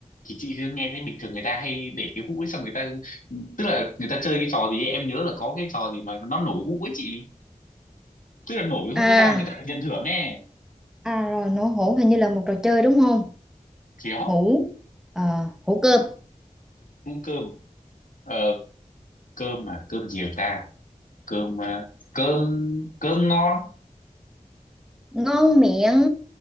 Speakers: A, on the left (about 80°); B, in the centre.
A: thì chị cứ nghe thấy bình thường người ta hay để cái hũ ấy xong người ta tức là người ta chơi cái trò gì ấy, em nhớ là có cái trò gì mà nó nổ hũ ấy chị tức là nổ cái hũ
B: à
A: ấy ra là người ta được nhận thưởng nè
B: à rồi nổ hũ hình như là một trò chơi đúng không
A: thì đó
B: hũ Ờ, hũ cơm
A: hũ cơm ờ, cơm mà cơm gì ta cơm ờ, cơm cơm ngon
B: ngon miệng